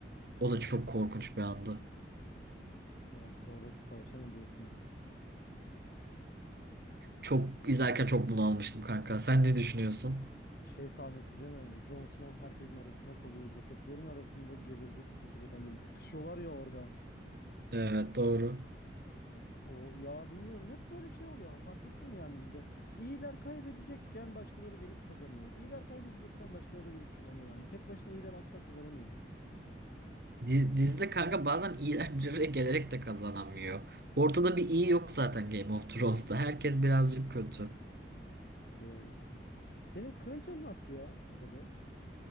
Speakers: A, on the right; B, on the left.
A: O da çok korkunç bir andı.
B: Ya sonraki savaşa ne diyorsun?
A: Çok izlerken çok bunalmıştım kanka. Sen ne düşünüyorsun?
B: Şey sahnesi değil mi? Jon Snow herkesin arasında kalıyor. Cesetlerin arasında geberecek gidecek. Hani böyle sıkışıyorlar ya orada.
A: Evet doğru.
B: Of o ya bilmiyorum hep böyle şey oluyor ama fark ettin mi yani dizide? İyiler kaybedecekken başkaları gelip kazanıyor. İyiler kaybedecekken başkaları gelip kazanıyor yani. Tek başına iyiler asla kazanamıyor dizide.
A: Diz- Dizide kanka bazen iyiler bir araya gelerek de kazanamıyor. Ortada bir iyi yok zaten Game of Thrones'ta. Herkes birazcık kötü.
B: Doğru. Senin kraliçen ne yaptı ya bu sezon?